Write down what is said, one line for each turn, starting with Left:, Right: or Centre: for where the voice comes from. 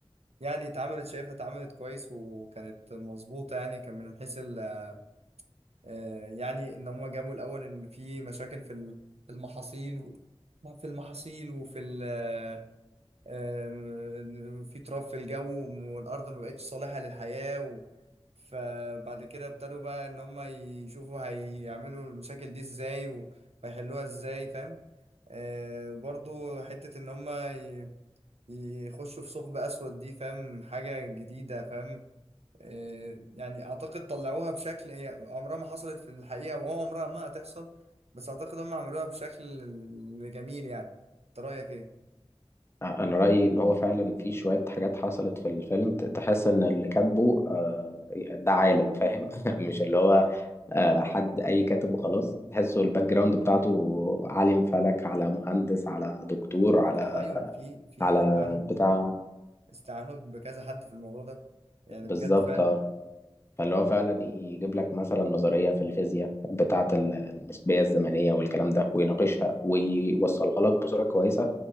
Right: يعني اتعملت شايفها اتعملت كويس وكانت مظبوطة يعني كان من حيث ال- آه، يعني ان هم جابوا الاول ان في مشاكل في ال- في المحاصيل و- في المحاصيل وفي ال- آه، آه، في تراب في الجو والارض ما بقتش صالحة للحياة و- فبعد كده ابتدوا بقى ان هم يشوفوا هيعملوا المشاكل دي ازاي و- وهيحلوها ازاي فاهم آه، برضو حتة إن هما ي- يخشوا في ثقب أسود دي فاهم حاجة جديدة فاهم آه، يعني أعتقد طلعوها بشكل هي عمرها ما حصلت في الحقيقة وعمرها ما هتحصل بس أعتقد هما عملوها بشكل جميل يعني أنت رأيك إيه؟
Left: انا رايي ان هو فعلا في شويه حاجات حصلت في الفيلم ت- تحس ان اللي كاتبه آه، ده عالم فاهم <laughs> مش اللي هو آه، حد اي كاتب وخلاص تحسه الباك جراوند بتاعته عالم فلك على مهندس على دكتور
Right: على
Left: على
Right: فكرة أيوة في في
Left: على
Right: استعانوا ب-
Left: بتاع
Right: استعانوا بكذا حد في الموضوع ده يعني
Left: فبالظبط
Right: بجد فعلا
Left: آه. فاللي هو فعلا ي- يجيب لك مثلا نظريه في الفيزياء بتاعه ال- النسبيه الزمنيه والكلام ده ويناقشها ويوصلها لك بصوره كويسه